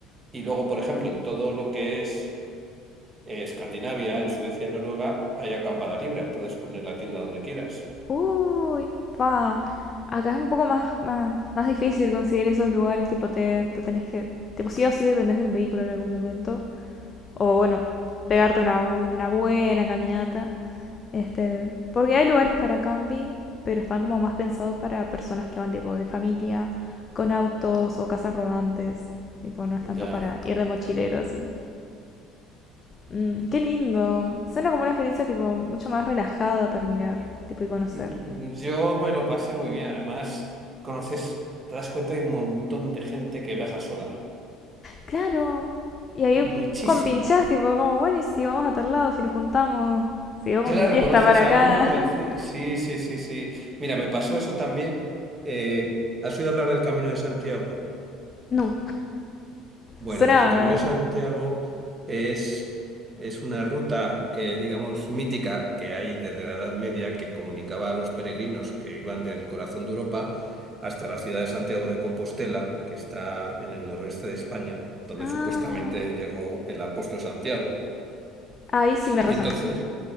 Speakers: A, on the right; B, on the left.
A: y luego, por ejemplo, en todo lo que es eh, Escandinavia, en Suecia, Noruega, hay acampada libre. Puedes poner la tienda donde quieras.
B: Uy, pa. Acá es un poco más, más, más difícil conseguir esos lugares, tipo te, te tenés que, tipo sí o sí dependés de un vehículo en algún momento, o bueno, pegarte una, una buena caminata, este, porque hay lugares para camping, pero están como más pensados para personas que van tipo de familia, con autos o casas rodantes, tipo no es
A: Ya.
B: tanto para ir de mochilero así. Mm, qué lindo, suena como una experiencia tipo mucho más relajada para mirar, tipo y conocer.
A: Mm, Yo me lo pasé muy bien. Además, conoces, te das cuenta que hay un montón de gente que viaja sola.
B: Claro. Y ahí
A: Muchísima.
B: compinchás, tipo, como, bueno, y si vamos a tal lado, si nos juntamos, si vamos
A: Claro,
B: de fiesta
A: conoces
B: para acá.
A: a uno. coinci-
B: <laughs>
A: Sí, sí, sí, sí. Mira, me pasó eso también. Eh, ¿has oído hablar del Camino de Santiago?
B: No,
A: Bueno,
B: suena.
A: pues el Camino de Santiago es, es una ruta que, digamos, mítica que hay desde la Edad Media que comunicaba a los peregrinos que iban del corazón de Europa hasta la ciudad de Santiago de Compostela, que está en el noroeste de España, donde
B: Ah,
A: supuestamente llegó el apóstol Santiago.
B: ahí sí me resonó.
A: Y entonces,